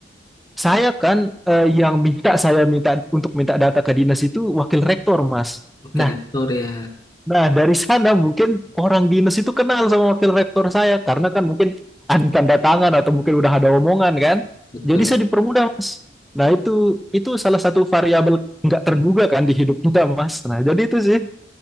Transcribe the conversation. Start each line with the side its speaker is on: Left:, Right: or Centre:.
Centre: saya kan eh, yang minta saya minta untuk minta data ke dinas itu wakil rektor mas.
Left: Oke,
Centre: Nah
Left: rektor ya.
Centre: Nah, dari sana mungkin orang dinas itu kenal sama wakil rektor saya karena kan mungkin ada tanda tangan atau mungkin udah ada omongan kan.
Left: Betul.
Centre: Jadi saya dipermudah, Mas. Nah, itu itu salah satu variabel nggak terduga kan di hidup kita, Mas. Nah, jadi itu sih,